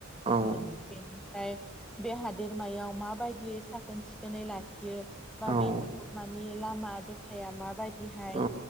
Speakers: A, on the right (about 25°); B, in the centre.
A: औ
B: जों हा बेनिफ्राय बे हादोरमायाव माबायदियै साखोन सिखोनै लाखियो बा
A: औ
B: बे हादरमानि लामा दथाया माबायदिहाय
A: औ